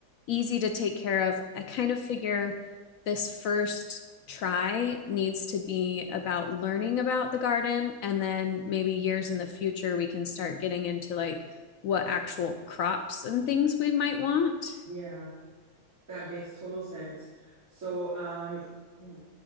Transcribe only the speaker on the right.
Yeah, that makes total sense. So, um, w-